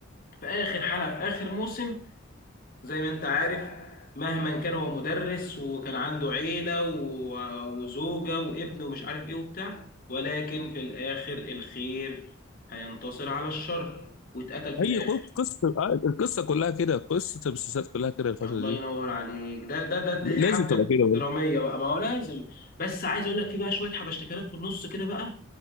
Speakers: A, on the left; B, on the left.
A: في اخر حلقه في اخر موسم زي ما انت عارف مهما كان هو مدرس وكان عنده عيلة و- وزوجة وابن ومش عارف ايه وبتاع ولكن في الآخر الخير هينتصر على الشر واتقتل في
B: اي
A: الآخر
B: قصه قصة- آه، القصه كلها كده قصه المسلسلات كلها كده الفتره
A: الله
B: دي
A: ينور عليك ده ده ده
B: لازم
A: دي حبكه
B: تبقى كده برضه.
A: دراميه بقى ما هو لازم بس عايز اقول لك في بقى شويه حبشتكنات في النص كده بقى